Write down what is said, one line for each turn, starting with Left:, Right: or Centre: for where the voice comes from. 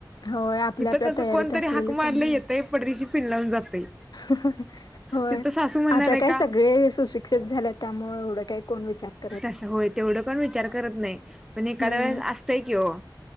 Left: हो आपल्या
Centre: इथं
Left: आपल्या
Centre: कसं
Left: तयारीत
Centre: कोणतरी
Left: असलेलं
Centre: हाक मारलं
Left: चांगलं
Centre: येतंय
Left: असत.
Centre: पडदेशी पिन लावून जातंय
Left: हं ह ह होय
Centre: तिथं सासू म्हणणार
Left: आता
Centre: आहे
Left: काय
Centre: का
Left: सगळे सुशिक्षित झाले त्यामुळे. काही कोण विचार करत
Centre: तस होय तेवढं पण विचार करत नाही. पण एखाद्या
Left: हम्म.
Centre: वेळेस असतं. की ओ